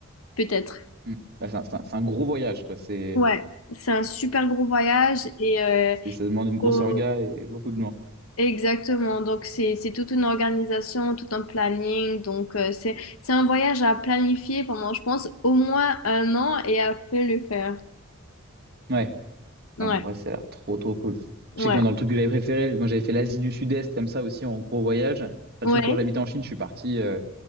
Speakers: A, on the left (about 80°); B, on the right (about 50°).
A: peut-être.
B: Mm. Bah, c'est un, c'est un- c'est un gros voyage, quoi. C'est,
A: Ouais c'est un super gros voyage et euh,
B: c'est- ça demande une grosse
A: faut-
B: orga et beaucoup de loin.
A: Exactement, donc c'est c'est toute une organisation, tout un planning, donc euh, c'est c'est un voyage à planifier pendant, je pense, au moins un an et après le faire.
B: Ouais. Enfin,
A: Ouais,
B: bon, en vrai, ça a l'air trop, trop cool.
A: ouais,
B: Je sais que moi, dans le truc que j'avais préféré, moi, j'avais fait l'Asie du Sud-Est comme ça aussi en gros voyage. Enfin,
A: ouais.
B: du coup, quand j'habitais en Chine, je suis parti. euh,